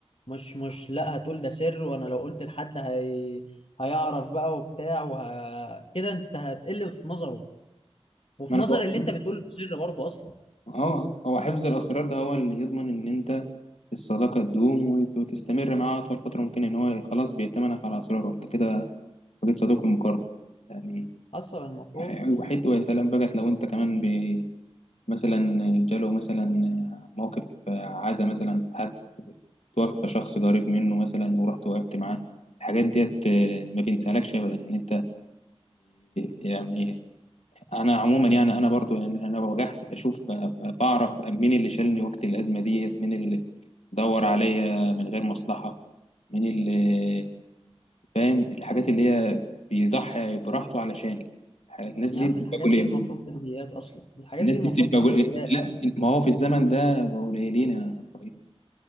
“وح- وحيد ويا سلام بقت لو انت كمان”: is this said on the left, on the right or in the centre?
Left